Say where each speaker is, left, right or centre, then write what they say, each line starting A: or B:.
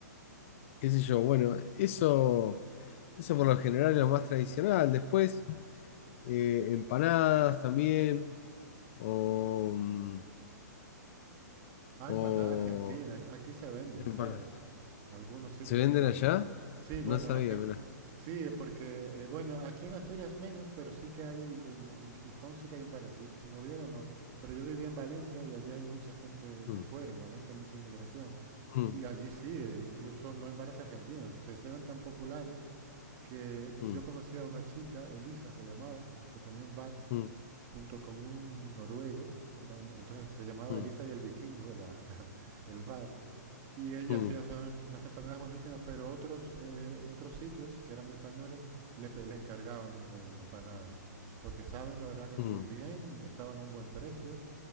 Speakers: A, on the left; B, on the right.
A: qué sé yo. Bueno, eso, eso por lo general es lo más tradicional. Después, eh, empanadas también, o, mm,
B: Ah,
A: O
B: empanada argentina. Aquí se venden,
A: empana-
B: ¿sabes? Algunos sitios
A: ¿Se venden
B: lo tienen.
A: allá?
B: Sí, bueno,
A: No sabía,
B: la gente.
A: mirá.
B: Sí, eh, porque, eh, bueno, aquí en Asturias menos, pero sí que hay, en, en Gijón sí que hay un par de sitios. En Oviedo no. Pero yo vivía en Valencia y allí hay mucha gente de
A: Mm,
B: fuera. En Valencia hay mucha inmigración.
A: mm,
B: Y allí sí, eh, incluso no en bares argentinos. Se hicieron tan populares que
A: mm,
B: yo conocí a una chica, Elisa se llamaba, que tenía un bar
A: mm,
B: junto con un noruego, eran, entonces se llamaba
A: mm,
B: Elisa y el Vikingo, la- <laughs> el bar, y ella
A: mm,
B: hacía unas- empanadas buenísimas, pero otros, eh, otros sitios que eran de españoles le, pe- le encargaban eh, empanadas, porque saben la verdad que
A: mm.
B: muy bien, estaban a un buen precio